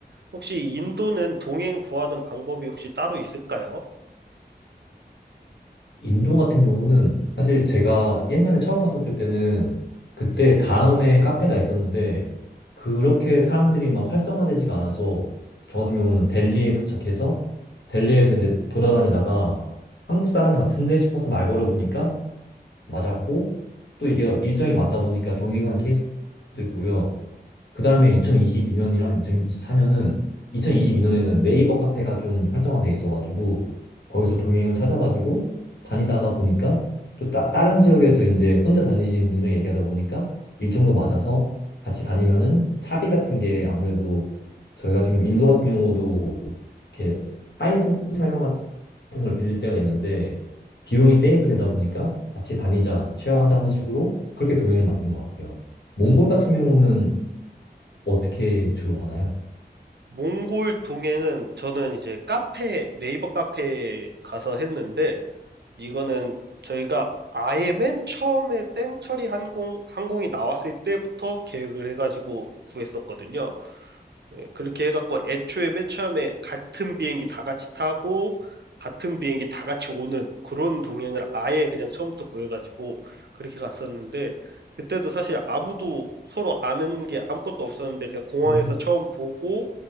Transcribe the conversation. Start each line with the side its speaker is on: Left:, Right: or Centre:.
Right: 혹시 인도는 동행 구하는 방법이 혹시 따로 있을까요?
Left: 인도 같은 경우는 사실 제가 옛날에 처음 갔었을 때는 그때 다음에 카페가 있었는데 그렇게 사람들이 막 활성화되지가 않아서 저 같은 경우는 델리에 도착해서 델리에서 이제 돌아다니다가 한국 사람 같은데 싶어서 말 걸어보니까 맞았고 또 이게 일정이 맞다 보니까 동행한 케이스고요. 그 다음에 2022년이랑 2024년은 2022년에는 네이버 카페가 좀 활성화돼 있어가지고 거기서 동행을 찾아가지고 다니다가 보니까 또 따, 다른 지역에서 이제 혼자 다니시는 분이랑 얘기하다 보니까 일정도 맞아서 같이 다니면은 차비 같은 게 아무래도 저희 같은 경우 인도 같은 경우도 이렇게 4인승 차량 같은 걸 빌릴 때가 있는데 비용이 세이브되다 보니까 같이 다니자, 쉐어하자 하는 식으로 그렇게 동행을 만든 것 같아요. 몽골 같은 경우는 어떻게 주로 가나요?
Right: 몽골 동행은 저는 이제 카페, 네이버 카페에 가서 했는데 이거는 저희가 아예 맨 처음에 땡처리 항공, 항공이 나왔을 때부터 계획을 해가지고 구했었거든요. 예, 그렇게 해갖고 애초에 맨 처음에 같은 비행기 다 같이 타고 같은 비행기 다 같이 오는 그런 동행을 아예 그냥 처음부터 구해가지고 그렇게 갔었는데 그때도 사실 아무도 서로 아는 게 아무것도 없었는데 그냥 공항에서
Left: 음.
Right: 처음 보고